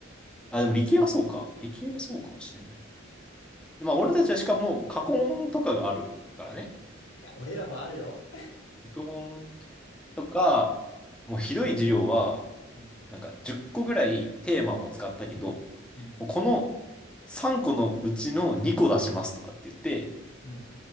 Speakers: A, in the centre; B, on the left.
A: あ、でも理系はそうか。理系はそうかもしれない。まあ、俺たちはしかも過去問とかがあるからね。
B: や、俺らもあるよ。
A: 過去問とか、もうひどい授業は、
B: うん。
A: なんか10個ぐらいテーマを扱ったけど、
B: うん。
A: もうこの3個のうちの2個出しますとかって言って、
B: うん。